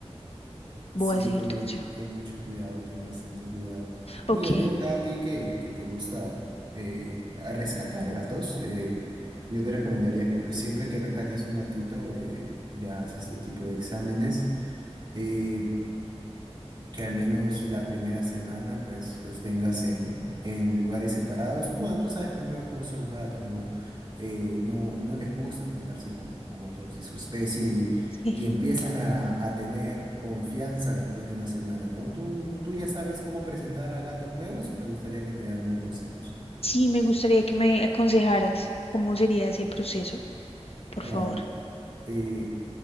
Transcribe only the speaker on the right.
Sí,
te,
ten mucho cuidado, ten bastante cuidado.
Mira, yo a ti que, que te gusta eh, a rescatar gatos, eh, yo te recomendaría que pues siempre que rescates un gatito eh, le hagas este tipo de exámenes. Eh, que al menos la primera semana pues los tengas en, en lugares separados. Bueno, tú sabes primero cómo son los gatos, ¿no? Eh, no, no les gusta juntarse con, con otros de su especie y,
y empiezan a, a tener confianza después de una semana, ¿no? ¿Tú, tú ya sabes cómo presentar a gatos nuevos o te gustaría que te dé algunos consejos?
Claro.
Eh,